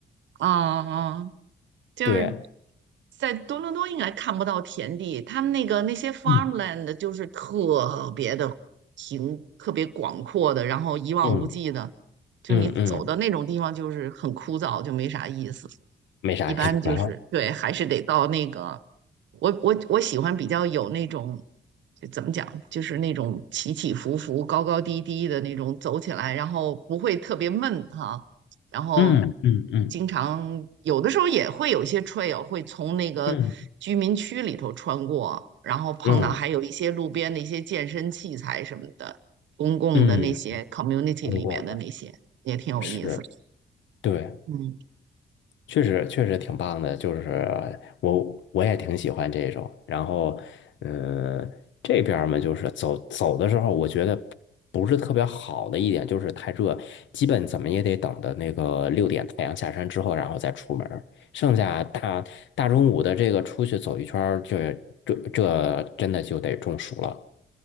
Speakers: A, on the right; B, on the left.
A: 啊啊。啊就是
B: 对，
A: 在多伦多应该看不到田地，他们那个那些 farmland
B: 嗯
A: 就是特别的平，特别广阔的，然后一望无际的，
B: 嗯
A: 就你走到那种地方就是很枯燥，
B: 嗯嗯，
A: 就没啥意思。
B: 没啥意思了。
A: 一般就是对，还是得到那个，我我我喜欢比较有那种，就怎么讲，就是那种起起伏伏、高高低低的那种走起来，然后不会特别闷哈、然后
B: 嗯嗯嗯
A: 经常有的时候也会有一些 trail 会从那个居民区里头穿过，
B: 嗯
A: 然后碰到还有一些路边的一些健身器材什么的，
B: 嗯
A: 公共的那些
B: 嗯，
A: community
B: 通过的
A: 里面的那些也挺有意思。
B: 是，对。
A: 嗯。
B: 确实确实挺棒的，就是我我也挺喜欢这种。然后，嗯，这边儿嘛，就是走走的时候，我觉得不是特别好的一点就是太热，基本怎么也得等到那个六点太阳下山之后，然后再出门儿剩下大大中午的这个出去走一圈儿，这这这真的就得中暑了。